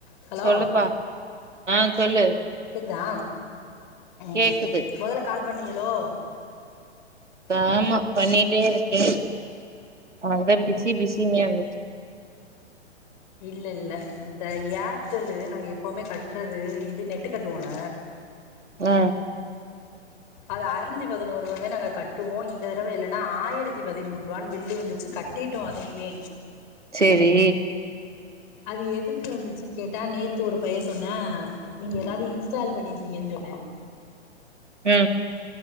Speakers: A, on the left (about 40°); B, on the right (about 85°).
A: hello
B: சொல்லுப்பா ஆ சொல்லு
A: கேக்குதா ம்
B: கேக்குது
A: மொதல்ல கால் பண்ணீகளோ
B: ஆமா பண்ணிட்டே இருக்கே அந்த பிஸி பிஸினே வந்துச்சு
A: இல்ல இல்ல இந்த ஏர்டெல்லு நாங்க எப்பவுமே கட்றது இது நெட்டு கட்டுவோல
B: அ
A: அது அறுநூத்தி பதினொருவாத நாங்க கட்டுவோ இந்த தடவ என்னனா ஆயிரத்தி பதிமூன்றுவானு பில்லு வந்துச்சு கட்டிடோ அதையுமே
B: சேரி
A: அது எதுக்கு வந்துசுன் கேட்டா நேத்து ஒரு பய சொன்னே நீங்க எதாவ்து இன்ஸ்டால் பண்ணிருப்பியனு சொன்னே
B: அ